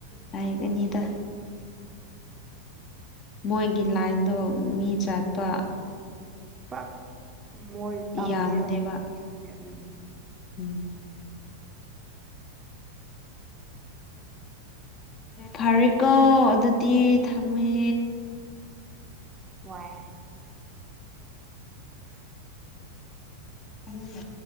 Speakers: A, on the left; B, on the right.
A: ꯂꯥꯛꯒꯅꯤꯗ ꯃꯣꯏꯒꯤ ꯂꯥꯏꯟꯗꯣ ꯃꯤ ꯆꯠꯄ
B: ꯄꯥꯛ ꯃꯣꯏ ꯇꯝꯗꯦꯕ
A: ꯌꯥꯝꯗꯦꯕ
B: ꯎꯝ
A: ꯎꯝ ꯐꯔꯦꯀꯣ ꯑꯗꯨꯗꯤ ꯊꯃꯦ
B: ꯋꯥꯏ
A: ꯎꯝ